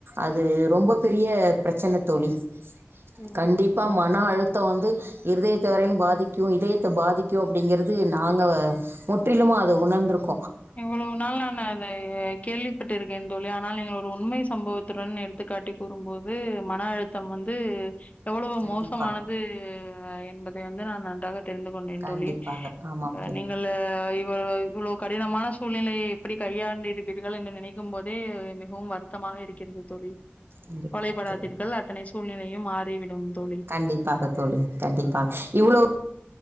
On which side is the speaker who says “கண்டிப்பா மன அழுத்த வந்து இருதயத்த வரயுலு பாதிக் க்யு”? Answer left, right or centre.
Right